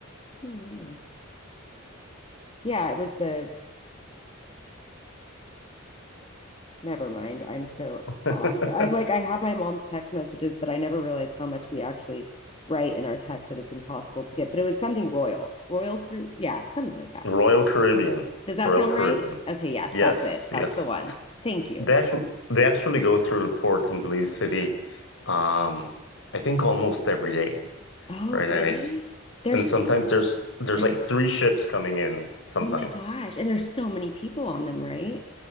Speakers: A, on the left; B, on the left.
A: oh no. Yeah, it was the Never mind. I'm so
B: <laughs>
A: off. I'm like, I have my mom's text messages, but I never realized how much we actually write in our text that it's impossible to get. But it was something royal, royal crew. Yeah, something like that.
B: Royal Caribbean.
A: Does that
B: Royal
A: sound
B: Caribbean.
A: right? Okay, yes,
B: Yes,
A: that's it. That's
B: yes.
A: the one. Thank you.
B: They actually they actually go through the port in Belize City, um, I think almost every day,
A: Oh,
B: right? And
A: really?
B: I,
A: There's
B: And sometimes there's there's
A: there's
B: like three ships coming in sometimes.
A: oh my gosh. And there's so many people on them, right?